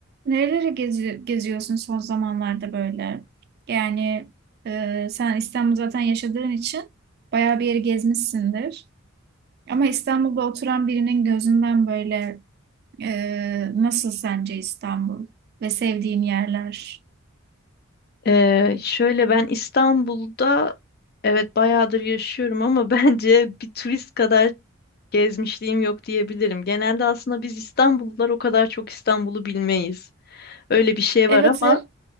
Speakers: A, on the right; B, on the left.
A: Nereleri gezi geziyorsun son zamanlarda böyle? Yani e, sen İstanbul zaten yaşadığın için bayağı bir yeri gezmişsindir. Ama İstanbul'da oturan birinin gözünden böyle e, nasıl sence İstanbul ve sevdiğin yerler?
B: Ee, şöyle ben İstanbul'da evet bayağıdır yaşıyorum ama <laughs> bence bir turist kadar gezmişliğim yok diyebilirim. Genelde aslında biz İstanbullular o kadar çok İstanbul'u bilmeyiz. Öyle bir şey
A: Evet,
B: var ama
A: hep